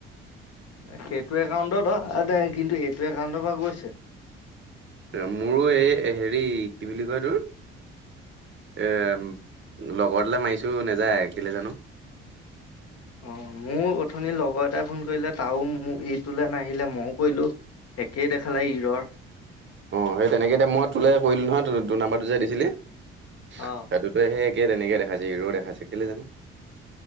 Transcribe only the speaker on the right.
মোৰো এই হেৰি কি বুলি কয় তোৰ এ লগৰ এটালে মাৰিছো নেযায় কেলে জানো?
অঁ সেই তেনেকে এতিয়া মই তোলে কৰিলোঁ নহয় ত তোৰ নাম্বাৰটো যে দিছিলি। সেইটোতে
সেই কে তেনেকে দেখাইছে ইৰৰ'' দেখাইছে কেলে জানো?